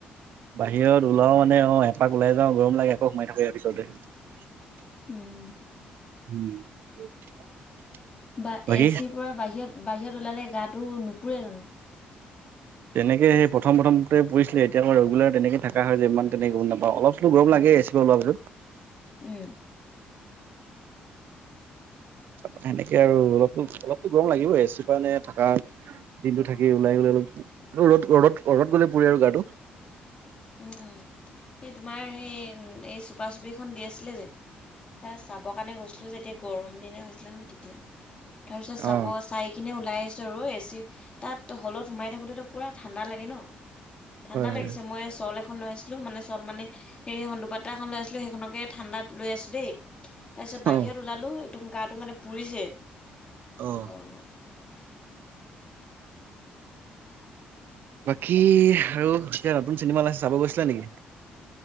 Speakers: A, on the right; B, on the left.
A: বাহিৰত ওলাও মানে অ এপাক ওলাই যাও গৰম লাগে আকৌ সোমাই থাকে ইয়াৰ ভিতৰতে।
B: উম
A: <inaudible>
B: বা
A: বাকী
B: এচিৰ পৰা বাহিৰত বাহিৰত ওলালে গাটো নুপুৰে জানো?
A: তেনেকে সেই প্ৰথম প্ৰথমতে পুইছিলে এতিয়া ক ৰেগুলাৰ তেনেকে থকা হয় যে ইমান তেনেকে গম নাপাওঁ অলপ চলোটো গৰম লাগে। এ চি পা ওলোৱা পিছত
B: উম
A: তাপা সেনেকে আৰু অলপ অলপতো গৰম লাগিবই এ চি <unintelligible> থাকা দিনটো থাকি ওলাই গলে অলপ ৰ'দ ৰ'দত ৰ'দত গ'লে পুৰে আৰু গাটো।
B: উম উম এই তোমাৰ সেই এই চোপা চুপিখন দি আছিলে যে। চাব কাৰণে গৈছিলো যেতিয়া গৰম দিনে হৈছিলে ন তিতিয়া। তাৰপিছত চাব
A: অ
B: চাই কিনে ওলাই ওলাইছোঁ আৰু এ চি তাত হলত সোমাই থাকোতে তো পুৰা ঠাণ্ডা লাগে ন। ঠাণ্ডা
A: হয় হয়
B: লাগিছে মই চল এখন এখন লৈ আছিলো মানে চল মানে সেই এখন দুপাতা এখন লৈ আছিলো সেইখনকে ঠাণ্ডাত লৈ আছো দেই। তাৰপিছত বাহিৰত
A: অ
B: ওলালোঁ একদম গাটো মানে পুৰিছে
A: অ
B: গৰমত।
A: বাকী আৰু যেতিয়া নতুন চিনেমা ওলাইছে চাব গৈছিলা নেকি?